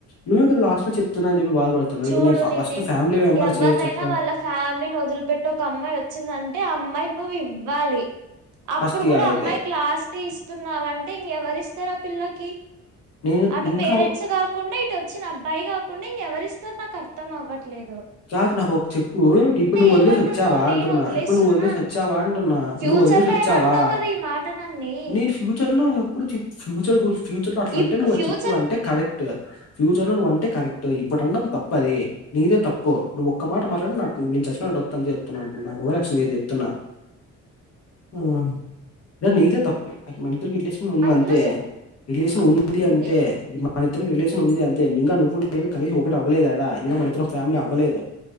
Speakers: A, on the left; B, on the right.
A: నువ్వే కదా లాస్ట్ లో
B: ఉమ్.
A: చెప్తున్నా అని చెప్పి బాధపడుతున్నావు
B: చూడు
A: ఇప్పుడు నేను
B: నితిన్
A: ఫస్ట్ ఫ్యామిలీ మెంబర్
B: ఎవరినైనా
A: చే చెప్ప
B: వాళ్ళ ఫ్యామిలీని వదిలిపెట్టి ఒక అమ్మాయి వచ్చిందంటే అంటే అమ్మాయికి నువ్వు ఇవ్వాలి అప్పుడు
A: ఫస్ట్ ఇయాల
B: కూడా
A: అయితే
B: అమ్మాయి క్లాస్ట్ ఇస్తున్నావ అంటే ఇంకెవరు ఇస్తారు పిల్లకి
A: నేను
B: అటు
A: ఇంకా
B: పేరెంట్స్ కాకుండా ఇటు వచ్చిన అబ్బాయి కాకుండా ఇంకెవరి ఇస్తారు నాకు అర్థం అవ్వట్లేదు లేదు
A: కాదు నాకు ఒక చెప్పు ఇప్పుడు నువ్వు వదిలేసి
B: ఏమంటున్నావు
A: వచ్చావా
B: నేను
A: అంటున్నా
B: వదిలేస్తున్నా
A: ఇప్పుడు నువ్వు వదిలేసి వచ్చావా అంటున్నా
B: ఫ్యూచర్
A: నువ్వు వదిలే
B: లో
A: వచ్చావా
B: అయినా అంటావు కదా ఈ మాట నన్ని
A: నేను ఫ్యూచర్ లో ఇప్పుడు ఫ్యూచర్ ఫ్యూచర్లో అట్
B: ఈ
A: అ నువ్వు
B: ఫ్యూచర్
A: చెప్పుకువంటే కరెక్ట్ ఫ్యూచర్ లో ను అంటే కరెక్ట్ ఇప్పుడు అంటాం తప్పది నీదే తప్పు నువ్వు ఒక్క మాట మాట్లాడకు నా నేను చచ్చిపోయిన అంతే ఒట్టు అని చెప్తున్నా ఓవరాక్షన్ చేయకు నేను చెప్తున్నా ఉ నీదే తప్పు రిలేషన్ ఉంది
B: మా ఇంట్లో
A: అంతే రిలేషన్ ఉంది అంతే
B: ఏంది
A: రిలేషన్ ఉంది అంతే ఇక నువ్వును కలిసి ఒకటి అవ్వలేదు ఏడ ఇక మన ఇద్దరం ఫ్యామిలీ అవ్వలేదు